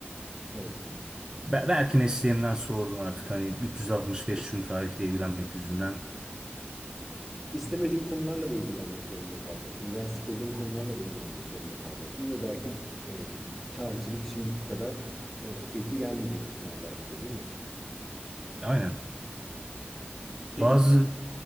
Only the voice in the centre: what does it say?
Evet.
İstemediğin konularla da ilgilenmek zorunda kalacaktın veya sıkıldığın konularla da ilgilenmek zorunda kalacaktın ve belki eee tarihçilik şimdiki kadar eee, keyifli gelmeyecekti sana belki de değil mi?
Peki.